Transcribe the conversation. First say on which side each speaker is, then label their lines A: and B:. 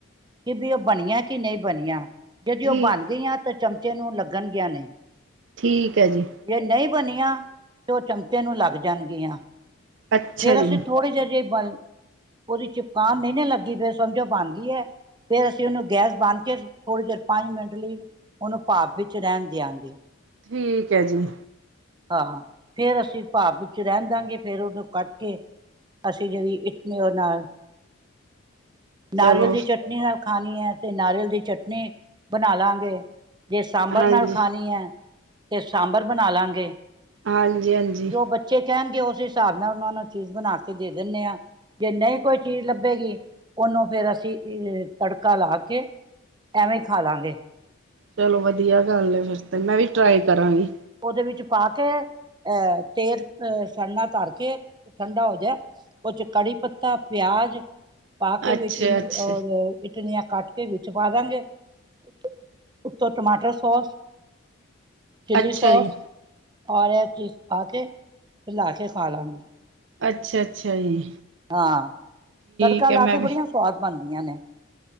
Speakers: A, on the right; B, on the right.
A: ਕਿ ਵੀ ਉਹ ਬਣੀਆਂ ਕਿ ਨਹੀਂ ਬਣੀਆਂ ਜਦ
B: ਠੀਕ,
A: ਉਹ ਬਣ ਗਈਆਂ ਤਾਂ ਚਮਚੇ ਨੂੰ ਲੱਗਣ ਗੀਆਂ ਨੇ
B: ਠੀਕ ਹੈ ਜੀ।
A: ਜੇ ਨਹੀਂ ਬਣੀਆਂ ਤੇ ਉਹ ਚਮਚੇ ਨੂੰ ਲੱਗ ਜਾਣਗੀਆਂ
B: ਅੱਛਾ
A: ਫਿਰ
B: ਜੀ,
A: ਅਸੀਂ ਥੋੜੀ ਜੇਰ ਬਲ ਉਹਦੀ ਜੁਕਾਮ ਨਹੀਂ ਲੱਗੀ ਫਿਰ ਸਮਝੋ ਬਣ ਗਈ ਹੈ। ਫਿਰ ਅਸੀਂ ਉਹਨੂੰ ਗੈਸ ਬੰਨ ਕੇ ਥੋੜੀ ਦੇਰ ਪੰਜ ਮਿੰਟ ਲਈ ਉਹਨੂੰ ਭਾਵ ਵਿੱਚ ਰਹਿਣ ਦਿਆਂਗੇ
B: ਠੀਕ ਐ ਜੀ।
A: ਹਾਂ, ਫੇਰ ਅਸੀਂ ਭਾਪ ਵਿੱਚ ਰੈਨ ਦਾਂਗੇ ਫੇਰ ਉਨੂੰ ਕੱਟ ਕੇ ਅਸੀਂ ਜੇੜੀ ਇਡਲੀ ਓ ਨਾਲ, ਨਾਰੀਅਲ
B: ਚਲੋ
A: ਦੀ ਚੱਟ ਚਟਨੀ ਨਾਲ ਖਾਨੀ ਐ ਤੇ ਨਾਰੀਅਲ ਦੀ ਚਟਨੀ ਬਣਾ ਲਾਂਗੇ। ਜੇ ਸਾਂਬਰ
B: ਹਾਂਜੀ।
A: ਨਾਲ ਖਾਨੀ ਹੈ ਤੇ ਸਾਂਬਰ ਬਨਾ ਲਾਂਗੇ।
B: ਹਾਂਜੀ- ਹਾਂਜੀ।
A: ਜੋ ਬੱਚੇ ਕੈਣਗੇ ਓਸ ਹਿਸਾਬ ਨਾਲ ਓਨਾ ਨੂੰ ਚੀਜ਼ ਬਣਾ ਕੇ ਦੇ ਦੇਨੇ ਆ। ਜੇ ਨਈ ਕੋਈ ਚੀਜ਼ ਲੱਭੇਗੀ ਉਨੂੰ ਫਿਰ ਅਸੀਂ ਏ ਤੜਕਾ ਲਾ ਕੇ, ਐਵੇਂ ਈ ਖਾ ਲਾਂਗੇ।
B: ਚਲੋ ਵਧੀਆ ਗੱਲ ਏ ਫੇਰ ਤੇ ਮੈਂ ਵੀ ਟਰਾਈ ਕਰਾਂਗੀ।
A: ਓਦੇ ਵਿੱਚ ਪਾ ਕੇ, ਅ- ਤੇਲ ਅ-ਸੜਨਾ ਧਰ ਕੇ, ਠੰਡਾ ਹੋ ਜਾਏ ਓਦੇ ਚ ਕੜੀ- ਪੱਤਾ, ਪਿਆਜ ਪਾ ਕੇ
B: ਅੱਛਾ-ਅੱਛਾ,
A: ਵਿੱਚ ਈ ਮ - ਅ ਇਡਲੀਆਂ ਕੱਟ ਕੇ ਵਿੱਚ ਪਾ ਦਾਂਗੇ, ਉੱਤੋਂ- ਉਤੋ ਟਮਾਟਰ ਸੋਸ ਚਿੱਲੀ
B: ਅੱਛਾ ਅੱਛਾ
A: ਸੌਸ
B: ਜੀ,
A: ਔਰ ਐ ਚੀਜ਼ ਪਾ ਕੇ ਰਲਾ ਕੇ ਖਾ ਲਾਂਗੇ।
B: ਅੱਛਾ -ਅੱਛਾ ਜੀ।
A: ਹਾਂ, ਤੜਕਾ
B: ਠੀਕ
A: ਲਾ
B: ਹੈ
A: ਕੇ
B: ਮੈਂ ਵੀ
A: ਬੜੀਆਂ ਸੁਆਦ ਬਨਦੀਆਂ ਨੇ।